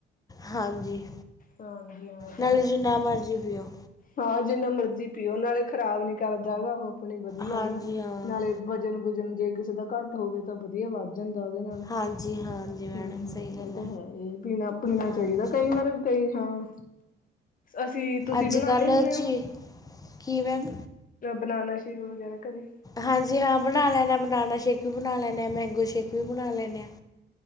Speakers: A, on the left; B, on the left.
A: ਹਾਂਜੀ,
B: ਹਾਂਜੀ ਹਾਂ ਇਹ ਤਾਂ
A: ਨਾਲੇ
B: ਹੈ।
A: ਜਿੰਨਾ ਮਰਜ਼ੀ ਪੀਓ।
B: ਹਾਂ ਜਿੰਨਾ ਮਰਜ਼ੀ ਪੀਓ, ਨਾਲੇ ਖ਼ਰਾਬ ਨੀ ਕਰਦਾ ਹੈਗਾ, ਉਹ ਆਪਣੀ ਵਧੀਆ
A: ਹਾਂਜੀ
B: ਨਾ
A: ਹਾਂ
B: ਨਾਲੇ। ਵਜਨ- ਵੂਜਨ ਜੇ ਕਿਸੇ ਦਾ ਘੱਟ ਹੋਵੇ। ਤਾਂ ਵਧੀਆ ਵੱਧ ਜਾਂਦਾ, ਉਹਦੇ ਨਾਲ
A: ਹਾਂਜੀ ਹਾਂਜੀ ਮੈਡਮ
B: ਹਮ, ਹਮ
A: ਸਹੀ ਗੱਲ
B: ਇਹ ਤਾਂ ਹੈ। ਇਹ ਪੀਣਾ -ਪੀਣਾ
A: ਹਾਂਜੀ
B: ਚਾਹੀਦਾ ਕਈ ਵਾਰ ਕਈ ਹਾਂ। ਅਸੀਂ, ਤੁਸੀਂ
A: ਅੱਜ
B: ਬਣਾਉਦੇ
A: ਕੱਲ੍ਹ
B: ਹੁੰਦੇ
A: ਚੀ
B: ਹੋ?
A: ਕੀ ਮੈਮ
B: ਬਨਾਨਾ ਸ਼ੇਕ, ਵਗੈਰਾ ਘਰੇ
A: ਹਾਂਜੀ ਹਾਂ, ਬਣਾ ਲੈਣਾ ਹਾਂ, ਬਨਾਨਾ ਸ਼ੇਕ ਵੀ ਬਣਾ ਲੈਦੇ ਹਾਂ, ਮੈਂਗੋ ਸ਼ੇਕ ਵੀ ਬਣਾ ਲੈਂਦੇ ਹਾਂ।